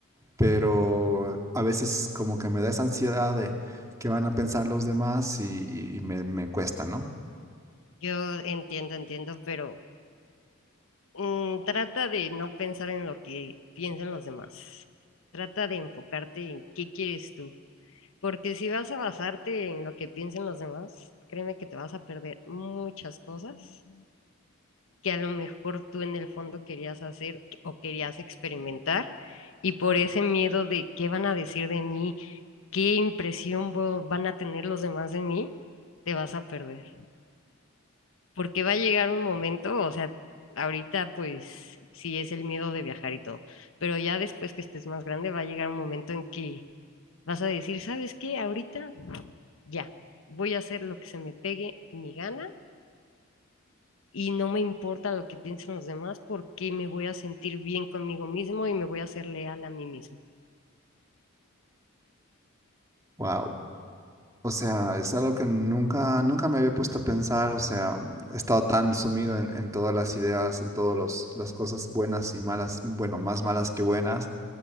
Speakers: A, on the right; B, on the left.
A: pero a veces como que me da esa ansiedad de qué van a pensar los demás y, y- y me, me cuesta, ¿no?
B: Yo entiendo, entiendo, pero mm, trata de no pensar en lo que piensan los demás. Trata de enfocarte en qué quieres tú. Porque si vas a basarte en lo que piensen los demás, créeme que te vas a perder muchas cosas que a lo mejor tú en el fondo querías hacer o querías experimentar y por ese miedo de qué van a decir de mí, qué impresión vo- van a tener los demás de mí, te vas a perder. Porque va a llegar un momento, o sea, ahorita pues sí es el miedo de viajar y todo, pero ya después que estés más grande va a llegar un momento en que vas a decir, ¿sabes qué? Ahorita ya, voy a hacer lo que se me pegue mi gana y no me importa lo que piensen los demás porque me voy a sentir bien conmigo mismo y me voy a ser leal a mí mismo.
A: Wow. O sea, es algo que nunca, nunca me había puesto a pensar, o sea, he estado tan sumido en, en todas las ideas, en todas los- las cosas buenas y malas, bueno, más malas que buenas,